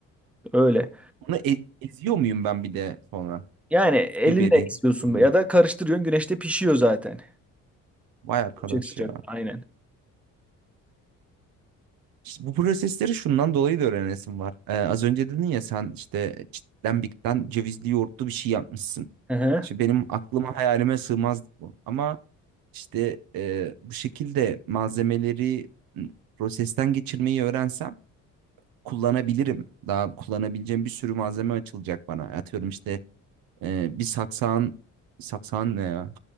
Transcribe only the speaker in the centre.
Öyle.
Yani elinle
eziyorsun
ya da karıştırıyorsun güneşte pişiyor zaten.
Yüksek sıcak
aynen.
Hı hı.